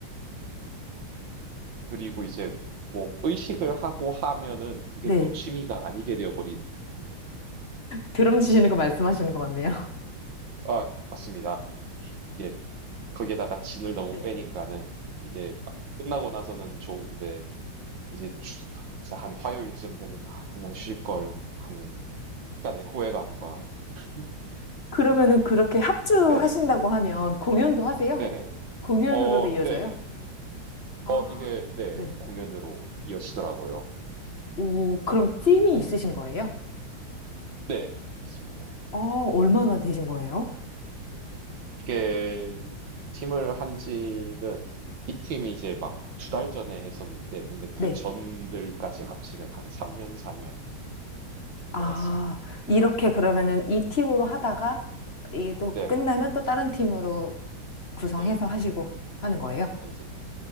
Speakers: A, on the right; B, on the left.
A: 음, 그리고 이제 뭐 의식을 하고 하면은 그게
B: 네.
A: 또 취미가 아니게 되어버린.
B: 드럼 치시는 거 말씀하시는 것 같네요.
A: 아, 맞습니다. 이게 거기에다가 진을 너무
B: 네.
A: 빼니까는 이게 끝나고 나서는 좋은데 이제, 주- 이제 한 화요일쯤 되면 아, 그냥 쉴 걸 하는 약간의 후회감과 <laughs>
B: 그러면은 그렇게 합주하신다고
A: 네네,
B: 하면 공연도 하세요?
A: 네네.
B: 공연으로도
A: 어,
B: 이어져요?
A: 네.
B: 아,
A: 어, 이게, 네,
B: 네.
A: 공연으로 이어지더라고요.
B: 오, 그럼 팀이
A: 네,
B: 있으신 거예요?
A: 네, 맞습니다.
B: 아, 얼마나 되신 거예요?
A: 이게 팀을 한 지는 이 팀이 이제 막 두 달 전에 했었는데 근데 그
B: 네.
A: 전들까지 합치면 한 3년, 4년
B: 아,
A: 것 같습니다.
B: 이렇게 그러면은
A: 네,
B: 이 팀으로 하다가 이게 또
A: 네네,
B: 끝나면 또 다른 팀으로 구성해서
A: 네네.
B: 하시고 하는 거예요?
A: 네, 이제